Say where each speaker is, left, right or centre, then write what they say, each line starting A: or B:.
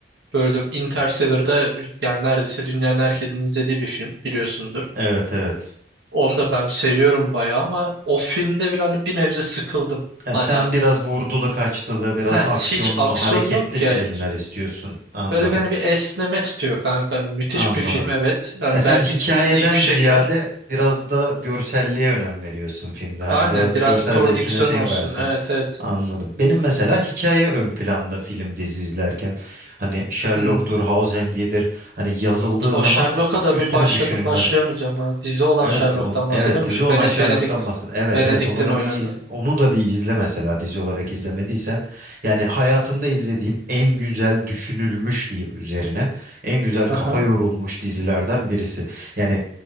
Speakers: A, on the right; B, on the right.
A: böldüm Interstellar'da yani neredeyse dünyanın herkesin izlediği bir film biliyorsundur.
B: Evet evet.
A: Onu da ben seviyorum bayağı ama o filmde
B: S-
A: bir hani bir nebze sıkıldım.
B: e,
A: Hani
B: sen
A: abi,
B: biraz vurdulu kaçtılı, biraz
A: heh,
B: aksiyonlu,
A: hiç aksiyon
B: hareketli
A: yok
B: filmler
A: ya.
B: istiyorsun. Anladım.
A: Böyle beni bir esneme tutuyor kanka. Hani müthiş
B: Anladım.
A: bir film evet. Yani
B: E sen
A: belki
B: hikayeden
A: ilk üçe
B: ziyade
A: girer.
B: biraz da görselliğe önem veriyorsun filmde. Hani
A: Aynen
B: biraz
A: biraz
B: görsel
A: prodüksiyon
B: zevkine şey
A: olsun.
B: versin.
A: Evet evet.
B: Anladım. Benim mesela hikaye ön planda film dizi izlerken. Hani Sherlock'tur,
A: Hı.
B: House diyedir Hani yazıldığı
A: O
B: zaman
A: Sherlock'a da
B: üstüne
A: bir başladım
B: düşünülmez.
A: başlayamayacağım ha. Dizi olan
B: Evet,
A: Sherlock'tan
B: on, evet
A: bahsediyorum.
B: dizi
A: Şu
B: olan
A: Bene-
B: Sherlock'tan
A: Benedict
B: bahsediyorsun. Evet
A: Benedict'in
B: evet onu da
A: oynadı.
B: bir iz, onu da bir izle mesela dizi olarak izlemediysen. Yani hayatında izlediğim en güzel düşünülmüş diyeyim üzerine. En güzel kafa
A: Aha.
B: yorulmuş dizilerden birisi. Yani